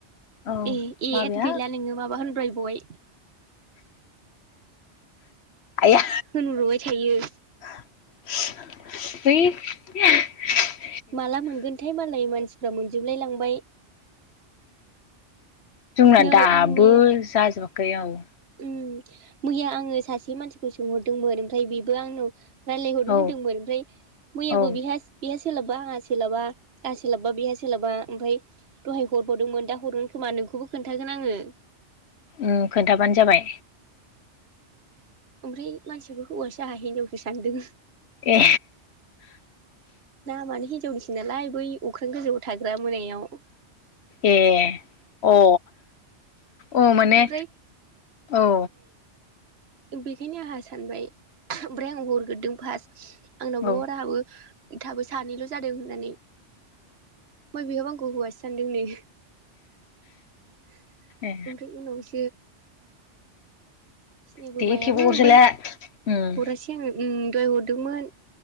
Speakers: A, on the left; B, on the right.
A: औ
B: ए ए
A: बाबाया
B: गैला नोङो माबा होनब्राय बबाय।
A: आया
B: होनहबाय थायो।
A: <unintelligible>
B: माला मोनगोनथाय मालाय मानसिफ्रा मोनजोबलाय लां बाय
A: जोंना
B: नै
A: दाबो
B: आं मैया
A: जाजोब गयाव
B: उम मैया आङो सासे मानसिखौ सोंहरदोंमोन ओमफ्राय बेबो आंनाव रायलायहरनो
A: औ
B: होनदोंमोन ओमफ्राय मैयाबो
A: औ
B: बिहा बिहा सोलाबा आंहा सोलाबा आ सोलाबा बेहा सोलाबा ओमफ्राय दहाय हरबावदोंमोन दा हर खोमा नोंखौबो खोन्थागोन आङो।
A: उम खोन्थाबानो जाबाय।
B: ओमफ्राय मानसियाबो हौवासो आंहा हिनजावसो सानदों।
A: ए
B: नामानो हिजावनिसै नालाय बै अख्रां गोजौआव थाग्रा मोनायाव
A: ए अ औ माने
B: ओमफ्राय
A: औ
B: बेखायनो आंहा सानबाय ओमफ्राय आं हरग्रोदों फार्स्ट आंनावबो
A: उम
B: हर आंहाबो थाबो सानैल' जादों होननानै बय बेहाबो आंखौ हौवासो सानदों नो ओमफ्राय
A: ए
B: उनाव <inaudible> सिनायाबो
A: दे
B: मायाबो
A: थेवबो अरजालिया
B: ओमफ्राय
A: उम
B: हरासै आं दहाय हरदोंमोन